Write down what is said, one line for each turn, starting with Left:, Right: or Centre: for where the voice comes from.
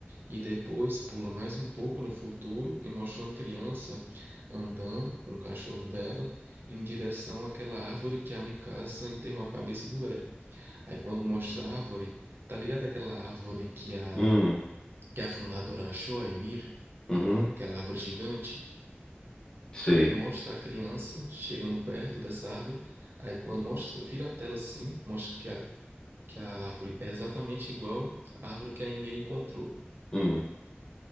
Right: E depois pula mais um pouco no futuro e mostra uma criança andando com o cachorro dela em direção àquela árvore que a Mikasa enterrou a cabeça do Eren. Aí quando mostra a árvore, tá ligado aquela árvore que a,
Left: hum,
Right: que a fundadora achou, a Emir,
Left: uhum,
Right: aquela árvore gigante?
Left: sei.
Right: Mostra a criança chegando perto dessa árvore. Aí quando mostra, vira a tela assim, mostra que a, que a árvore é exatamente igual à árvore que a Emira encontrou.
Left: Hum,